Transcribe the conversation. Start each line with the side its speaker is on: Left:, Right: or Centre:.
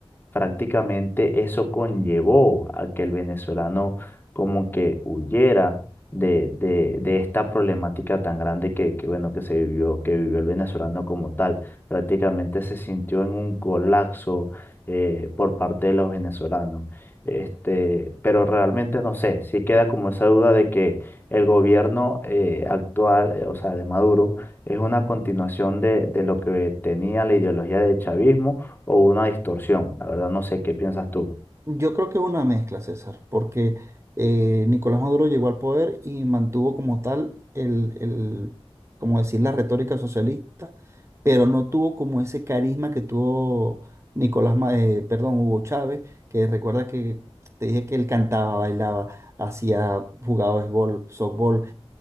Left: prácticamente eso conllevó a que el venezolano como que huyera de, de, de esta problemática tan grande que, que, bueno, que se vivió, que vivió el venezolano como tal. Prácticamente se sintió en un colapso eh, por parte de los venezolanos. Este, pero realmente no sé, sí queda como esa duda de que el gobierno eh, actual, eh, o sea, de Maduro, es una continuación de, de lo que tenía la ideología del chavismo o una distorsión. La verdad no sé qué piensas tú.
Right: Yo creo que una mezcla, César, porque eh, Nicolás Maduro llegó al poder y mantuvo como tal el, el, como decir, la retórica socialista, pero no tuvo como ese carisma que tuvo Nicolás, Ma- eh, perdón, Hugo Chávez, que recuerda que te dije que él cantaba, bailaba, hacía, jugaba béisbol, softball,